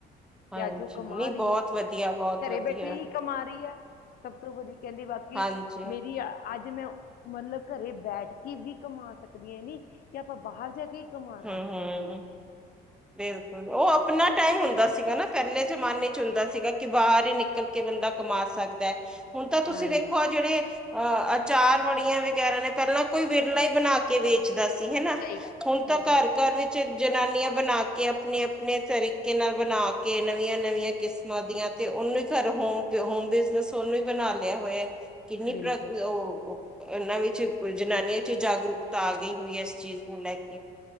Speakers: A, in the centre; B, on the left.
A: ਹਾਂਜੀ
B: ਤੇ ਅੱਜ ਉਹ
A: ਨਹੀਂ
B: ਕਮਾ ਰਹੀ
A: ਬਹੁਤ
B: ਐ,
A: ਵਧੀਆ ਬਹੁਤ
B: ਘਰੇ
A: ਵਧੀਆ
B: ਬੈਠੇ ਹੀ ਕਮਾ ਰਹੀ ਐ। ਸਭ ਤੋਂ ਵਧੀ ਕਹਿੰਦੀ ਬਾਕੀ
A: ਹਾਂਜੀ
B: ਮੇਰੀ ਆ ਅੱਜ ਮੈਂ ਮਤਲਬ ਘਰੇ ਬੈਠ ਕੇ ਵੀ ਕਮਾ ਸਕਦੀ ਆਂ ਏ ਨੀਂ ਕਿ ਆਪਾਂ ਬਾਹਰ ਜਾ ਕੇ ਕਮਾਉਣਾ
A: ਹਂ
B: ਹੈ
A: ਹਂ,
B: ਹਰ ਚੀਜ਼
A: ਬਿਲਕੁਲ ਉਹ ਆਪਣਾ ਟਾਈਮ ਹੁੰਦਾ ਸੀਗਾ ਨਾਂ, ਪਹਿਲੇ ਜਮਾਨੇ ਚ ਹੁੰਦਾ ਸੀਗਾ ਕਿ ਬਾਹਰ ਹੀ ਨਿਕਲ ਕੇ ਬੰਦਾ ਕਮਾ ਸਕਦਾ ਏ। ਹੁਣ ਤਾਂ ਤੁਸੀਂ
B: ਹਾਂਜੀ
A: ਦੇੇਖੋ ਆ ਜਿਹੜੇ ਅਹ ਅਚਾਰ ਵੜੀਆਂ ਵਗੈਰਾ ਨੇਂ ਪਹਿਲਾਂ ਕੋਈ ਵਿਰਲਾ ਹੀ ਬਣਾ ਕੇ ਵੇਚਦਾ ਸੀ ਹਨਾ,
B: ਸਹੀ ਗੱਲ ਸਹੀ
A: ਹੁਣ ਤਾਂ ਘਰ-ਘਰ
B: ਗੱਲ ਕਹੀ ਵੈਸੇ
A: ਵਿੱਚ ਜਨਾਨੀਆਂ ਬਣਾ ਕੇ ਆਪਣੇ-ਆਪਣੇ ਤਰੀਕੇ ਨਾਲ ਬਣਾ ਕੇ ਨਵੀਆਂ- ਨਵੀਆਂ ਕਿਸਮਾਂ ਦੀਆਂ ਤੇ ਉਹਨੂੰ ਹੀ ਘਰੋਂ ਹੋਮ ਹੋਮ ਬਿਜਨਸ ਉਹਨੂੰ ਹੀ ਬਣਾ ਲਿਆ ਹੋਇਆ। ਕਿੰਨੀ
B: ਬਿਲਕੁਲ
A: ਪ੍ਰ ਉਹ ਇਹਨਾਂ ਵਿੱਚ ਜਨਾਨੀਆਂ ਚ ਜਾਗਰੂਕਤਾ ਆ ਗਈ ਹੋਈ ਏ ਇਸ ਚੀਜ਼ ਨੂੰ ਲੈ ਕੇ।